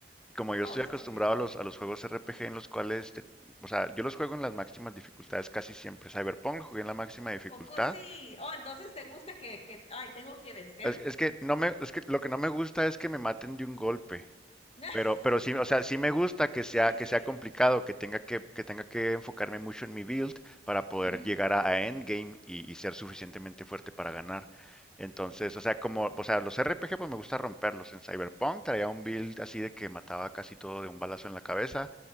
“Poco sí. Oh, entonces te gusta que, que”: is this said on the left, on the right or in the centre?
Left